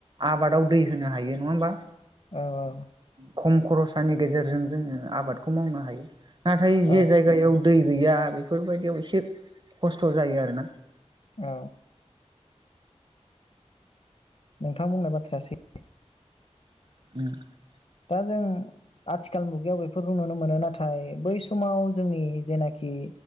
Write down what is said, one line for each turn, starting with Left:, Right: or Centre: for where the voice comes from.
Right: आबादाव दै होनो हायो नङा होमबा।
Left: औ औ
Right: खम खरसानि। गेजेरजों जोङो आबादखौ मावनो हायो। नाथाय जे
Left: औ
Right: जायगायाव। दै गैया बेफोरबायदियाव एसे खस्थ' जायो आरोना।
Left: औ। नोंथां बुंनाय बाथ्राया सै
Right: <unintelligible>
Left: दा जों आथिखाल मुगायाव बेफोरखौ नुनो मोनो नाथाय बै समाव जोंनि जेनाखि